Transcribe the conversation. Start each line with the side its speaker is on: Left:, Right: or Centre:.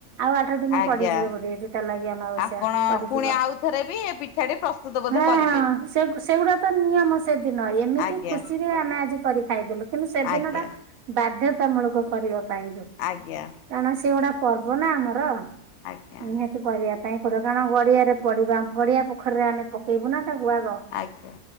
Right: ଆଉ ଆଠ ଦିନି
Left: ଆଜ୍ଞା।
Right: ପଡିଯିବ ବୋଧେ ଚିତା ଲାଗି ଅମାବାସ୍ୟା
Left: ଆପଣ
Right: ପଡିଯିବ।
Left: ପୁଣି ଆଉ ଥରେ <unintelligible> ପ୍ରସ୍ତୁତ ବୋଧେ
Right: ହଁ
Left: କରିବେ।
Right: ହଁ ସେଗ୍ ସେଗୁଡା ତ ନିୟମ ସେଦିନ ଏମିତି
Left: ଆଜ୍ଞା
Right: ଖୁସିରେ ଆମେ ଆଜି କରି ଖାଇଦେଲୁ କିନ୍ତୁ ସେଦିନଟା
Left: ଆଜ୍ଞା
Right: ବାଧ୍ୟତାମୂଳକ କରିବା ପାଇଁ ଯୋଉ
Left: ଆଜ୍ଞା।
Right: କାରଣ ସେଗୁଡା ପର୍ବ ନା ଆମର <unintelligible>
Left: ଆଜ୍ଞା
Right: <unintelligible> କରିବା ପାଇଁ ପଡିବ କାରଣ ଗଡିଆରେ ପଡିବା ଗଡିଆ ପୋଖରରେ ଆମେ ପକେଇବୁ ନା ତାକୁ ଆଗ।
Left: ଆଜ୍ଞା!